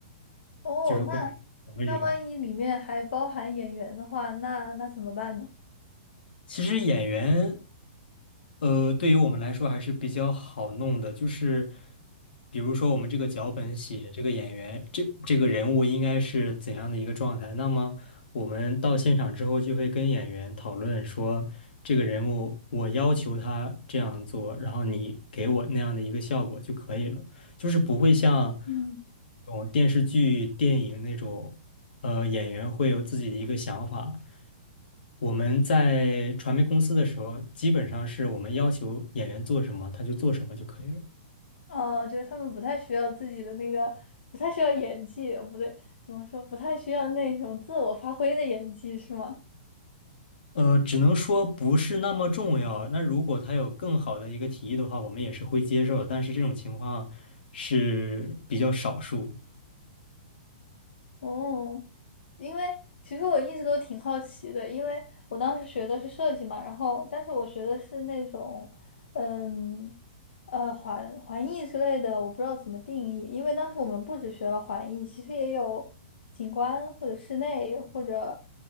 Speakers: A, on the left; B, on the left.
A: 哦，
B: 就是会讨论这种。
A: 那那万一里面还包含演员的话，那那怎么办呢？
B: 其实演员呃，对于我们来说还是比较好弄的，就是比如说我们这个脚本写这个演员，
A: 嗯
B: 这这个人物应该是怎样的一个状态，那么我们到现场之后就会跟演员讨论说，这个人物我要求他这样做，然后你给我那样的一个效果就可以了。就是不会像
A: 嗯
B: 那种电视剧、电影那种，呃，演员会有自己的一个想法。我们在传媒公司的时候，基本上是我们要求演员做什么，他就做什么就可以了。
A: 哦，就是他们不太需要自己的那个，不太需要演技，哦不对，怎么说，不太需要那种自我发挥的演技，是吗？
B: 呃，只能说不是那么重要。那如果他有更好的一个提议的话，我们也是会接受的。但是这种情况是比较少数。
A: 哦，因为其实我一直都挺好奇的，因为我当时学的是设计嘛，然后但是我学的是那种，嗯，呃，环环艺之类的，我不知道怎么定义，因为当时我们不只学了环艺，其实也有景观或者室内或者